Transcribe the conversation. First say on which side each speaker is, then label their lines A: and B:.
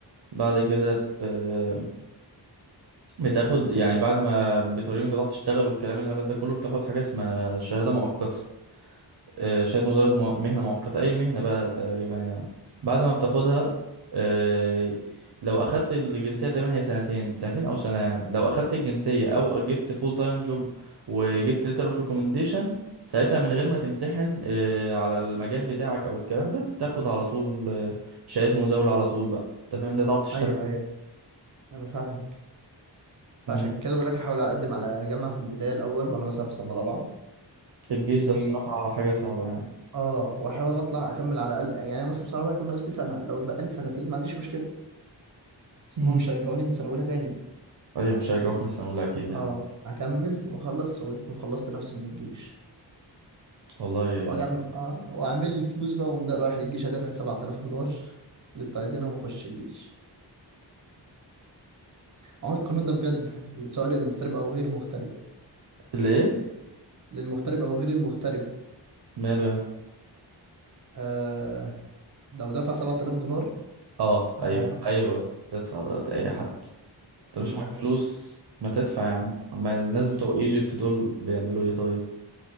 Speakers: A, on the right (about 60°); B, on the right (about 45°).
A: بعد كده ب- بتاخد يعني بعد ما بتوريهم انت بتعرف تشتغل والكلام الهبل ده كله بتاخد حاجه اسمها شهاده مؤقته آه، شهادة مزاولة مو- مهنة مؤقتة أي مهنة بقى تقريبا يعني بعد ما بتاخدها آه، لو أخدت الجنسية تقريبا هي سنتين سنتين أو سنة يعني لو أخدت الجنسية أو جبت فول تايم جوب وجبت ليتر اوف ريكومنديشن ساعتها من غير ما تمتحن آه، على المجال بتاعك أو الكلام ده بتاخد على طول آه، شهادة مزاولة على طول بقى أنت فاهم ده تعرف تشتغل
B: ايوه ايوه انا فاهمك فعشان
A: مم.
B: كده بقول لك احاول اقدم على جامعه في البدايه الاول وانا مثلا في سنه رابعه
A: الجيش
B: و
A: ده بصراحة حاجة صعبة يعني
B: اه واحاول اطلع اكمل على الاقل يعني أنا مثلا في سنه رابعه هيكون ناقص لي سنه لو اتبقى لي سنتين ما عنديش مشكله اصل
A: مم.
B: هم مش هيرجعوني من سنه اولى تاني
A: أيوة مش هرجعوك من السنة الأولى أكيد يعني
B: اه اكمل واخلص واكون خلصت نفسي من الجيش
A: والله
B: واجم
A: كنت
B: آه واعمل فلوس بقى وأقوم ده رايح للجيش هدافع 7000 دولار <laughs> اللي انتوا عايزينها واخش الجيش عموما القانون ده بجد سواء للمغترب او غير مغترب
A: اللي إيه؟
B: للمغترب او غير المغترب
A: ماله يعني
B: آه لو دفع 7000 دولار
A: اه
B: آه
A: ايوه ايوه تدفع دلوقتي اي حد انت
B: مم،
A: مش معاك فلوس ما تدفع يا عم اما الناس بتوع ايجيبت دول بيعملوا ايه طيب